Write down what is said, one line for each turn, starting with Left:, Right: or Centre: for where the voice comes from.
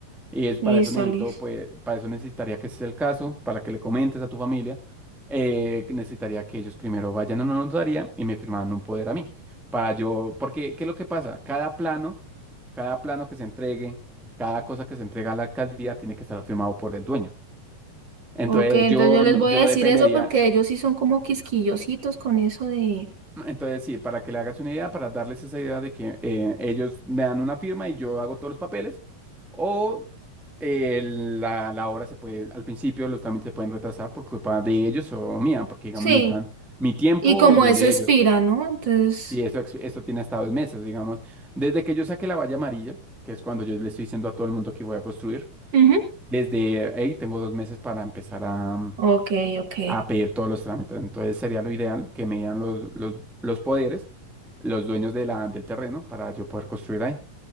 Centre: Y es
Right: Listo,
Centre: para eso necesito,
Right: listo.
Centre: pues, para eso necesitaría que ese es el caso, para que le comentes a tu familia, eh, que necesitaría que ellos primero vayan a una notaría y me firmaran un poder a mí. Para yo, porque, ¿qué es lo que pasa? Cada plano, cada plano que se entregue, cada cosa que se entrega a la alcaldía tiene que estar firmado por el dueño. Entonces
Right: Ok, entonces
Centre: yo,
Right: yo les
Centre: no-
Right: voy
Centre: yo
Right: a decir
Centre: dependería,
Right: eso porque ellos sí son como quisquillositos con eso de...
Centre: entonces sí, para que le hagas una idea, para darles esa idea de que eh, ellos me dan una firma y yo hago todos los papeles, o eh, la, la obra se puede, al principio los trámites se pueden retrasar por culpa de ellos o mía, porque digamos
Right: Sí,
Centre: necesitan mi tiempo
Right: y como
Centre: y
Right: eso
Centre: el de
Right: expira,
Centre: ellos.
Right: ¿no? Entonces...
Centre: Sí, esto, ex- esto tiene hasta dos meses, digamos, desde que yo saque la valla amarilla, que es cuando yo le estoy diciendo a todo el mundo que voy a construir,
Right: ujú.
Centre: desde ahí tengo dos meses para empezar a,
Right: Ok, ok.
Centre: a pedir todos los trámites. Entonces sería lo ideal que me dieran los, los, los poderes, los dueños de la, del terreno para yo poder construir ahí.